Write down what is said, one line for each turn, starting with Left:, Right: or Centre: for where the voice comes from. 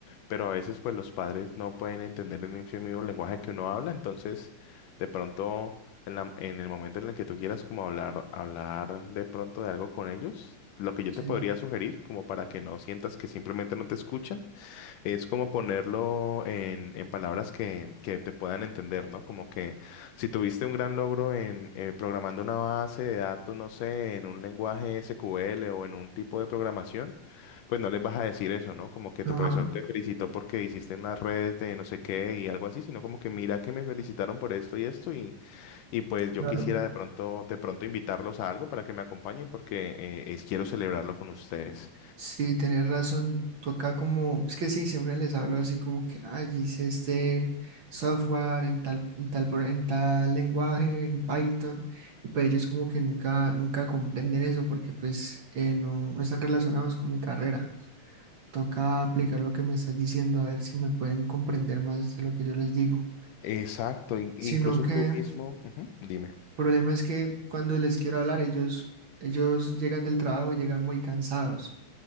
Left: pero a veces pues los padres no pueden entender en el mismo lenguaje que uno habla, entonces de pronto en la- en el momento en el que tú quieras como hablar, hablar de pronto de algo con ellos, lo que yo
Right: Sí.
Left: te podría sugerir, como para que no sientas que simplemente no te escuchan, es como ponerlo en, en palabras que, que te puedan entender, ¿no? Como que si tuviste un gran logro en eh, programando una base de datos, no sé, en un lenguaje SQL o en un tipo de programación, pues no les vas a decir eso, ¿no? Como que
Right: Ajá,
Left: tu profesor te felicitó porque hiciste unas redes de no sé qué y algo así, sino como que mira que me felicitaron por esto y esto y y pues yo
Right: claro.
Left: quisiera de pronto, de pronto invitarlos a algo para que me acompañen porque eh, es- quiero celebrarlo con ustedes.
Right: Sí, tenés razón, toca como, es que sí, siempre les hablo así como que, ay, hice este software en tal, en tal, pro- en tal lenguaje, en Python, y pues ellos como que nunca, nunca comprenden eso porque pues eh, no, no están relacionados con mi carrera. Toca aplicar lo que me estás diciendo a ver si me pueden comprender más de lo que yo les digo.
Left: Exacto, in-
Right: Sino
Left: incluso
Right: que
Left: tú mismo,
Right: el
Left: ujú, dime.
Right: problema es que cuando les quiero hablar, ellos, ellos llegan del trabajo, llegan muy cansados.